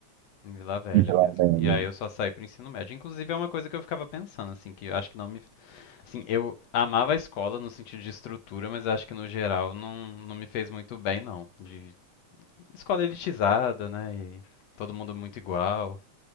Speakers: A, on the left; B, on the right.
A: em Vila Velha
B: em Vila
A: mesmo.
B: Velha?
A: E aí eu só saí pro ensino médio. Inclusive é uma coisa que eu ficava pensando, assim, que eu acho que não me. Assim, eu amava a escola no sentido de estrutura, mas eu acho que no geral não, não me fez muito bem, não. De escola elitizada, né? E todo mundo muito igual.